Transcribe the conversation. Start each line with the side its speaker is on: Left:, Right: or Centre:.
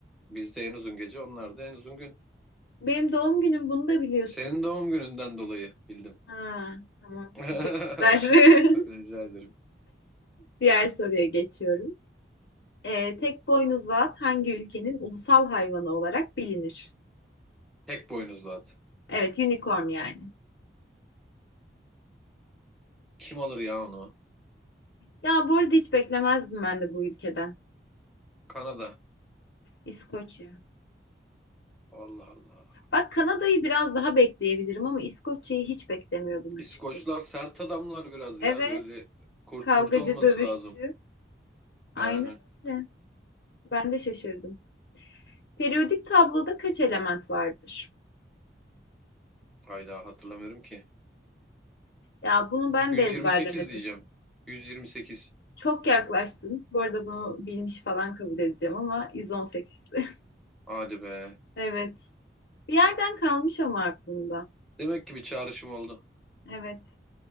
Centre: bizde en uzun gece onlarda en uzun gün.
Left: <laughs> Benim doğum günüm bunu da biliyorsun.
Centre: Senin doğum gününden dolayı bildim.
Left: Ha, tamam.
Centre: <laughs>
Left: Teşekkürler. <laughs>
Centre: Rica ederim.
Left: Diğer soruya geçiyorum. Ee, tek boynuzlu at hangi ülkenin ulusal hayvanı olarak bilinir?
Centre: Tek boynuzlu at.
Left: Evet, unicorn yani.
Centre: Kim alır ya onu?
Left: Ya bu arada hiç beklemezdim ben de bu ülkeden.
Centre: Kanada.
Left: İskoçya.
Centre: Allah Allah.
Left: Bak Kanada'yı biraz daha bekleyebilirim ama İskoçya'yı hiç beklemiyordum açıkçası.
Centre: İskoçlar sert adamlar biraz
Left: Evet,
Centre: ya. Böyle kurt
Left: kavgacı,
Centre: murt olması
Left: dövüşçü.
Centre: lazım.
Left: Aynen
Centre: Yani
Left: öyle. Ben de şaşırdım. Periyodik tabloda kaç element vardır?
Centre: hayda hatırlamıyorum ki.
Left: Ya bunu ben
Centre: 128
Left: de ezberlemedim.
Centre: diyeceğim. 128.
Left: Çok yaklaştın. Bu arada bunu bilmiş falan kabul edeceğim ama 118'si. <laughs>
Centre: Hadi be.
Left: Evet. Bir yerden kalmış ama aklımda.
Centre: Demek ki bir çağrışım oldu.
Left: Evet.